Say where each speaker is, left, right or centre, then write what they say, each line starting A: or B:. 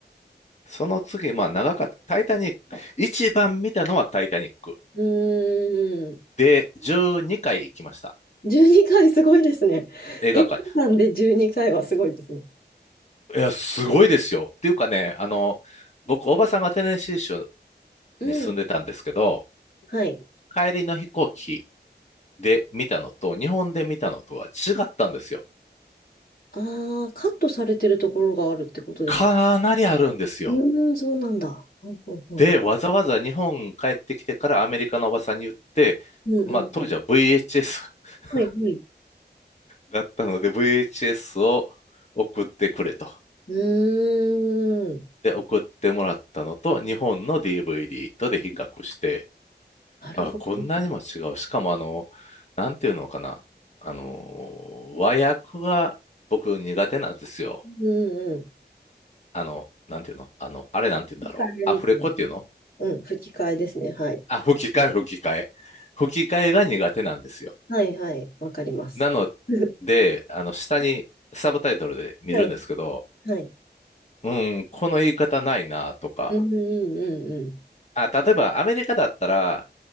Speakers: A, on the left; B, on the left.
A: その次、まあ長かった。タイタニック。一番見たのはタイタニック。
B: うーん。
A: で、12回行きました。
B: 12回すごいですね。
A: 映画館
B: 映画館で12回はすごいですね。
A: いや、すごいですよ。っていうかね、あの、僕、おばさんがテネシー州
B: うん。
A: に住んでたんですけど、
B: はい。
A: 帰りの飛行機で見たのと、日本で見たのとは違ったんですよ。
B: ああ、カットされてるところがあるってことですか。
A: かなりあるんですよ。
B: うーん、そうなんだ。うんうんうん。
A: で、わざわざ日本帰ってきてからアメリカのおばさんに言って、
B: うんうんうん。
A: まあ当時は VHS <laughs>
B: はいはい。
A: だったので VHS を送ってくれと。
B: うーん。
A: で、送ってもらったのと日本の DVD とで比較して、
B: なるほど。
A: あ、こんなにも違う。しかもあの、なんていうのかな。あの、和訳が僕苦手なんですよ。
B: うんうん。
A: あの、なんていうのあの、あれなんていうんだろう。
B: 吹き替えみたいな。
A: アフレコっていうの
B: うん、吹き替えですね。はい。
A: あ、吹き替え、吹き替え。吹き替えが苦手なんですよ。
B: はいはい。わかります。
A: なの
B: <laughs>
A: で、あの、下にサブタイトルで見るんですけど、
B: はいはい。
A: うん、この言い方ないなとか。
B: うんうんうん
A: あ、例えばアメリカだったら、